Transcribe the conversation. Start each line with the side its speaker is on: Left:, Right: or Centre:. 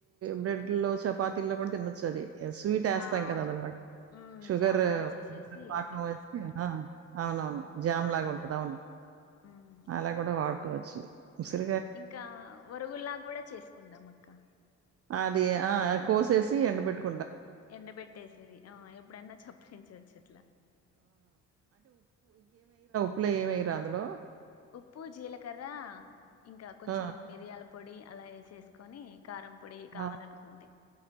Right: బ్రెడ్ లో చపాతీల్లో కూడా తినొచ్చు అది స్వీట్ వేస్తాం
Left: ఆ అవును
Right: కదా అది అనమాట
Left: ఉమ్
Right: షుగర్
Left: జామ్ లాగా చేసేసి
Right: పాకం
Left: పెట్టేసుకుంటాం
Right: వం ఆ అవునవును
Left: అవును
Right: జామ్ లాగా ఉంటది అవును
Left: ఉమ్
Right: అలా కూడా వాడుకోవచ్చు ఉసిరు
Left: ఇంకా వరుగుల్లా కూడా చేసుకుంటాం మ కా
Right: అది ఆ కోసేసి ఎండ బెట్టుకు
Left: ఎండబెట్టేసేవి ఆ ఎప్పుడన్నా చప్పరించొచ్చు ఇట్లా
Right: ఉప్పులు ఏం ఏయ్యార అందులో
Left: ఉప్పు జీలకర్ర ఇంకా కొంచెం
Right: ఆ!
Left: మిరియాల పొడి అలా ఏసేసుకోని కారం పొడి కావాలనుకుంటే
Right: ఆ!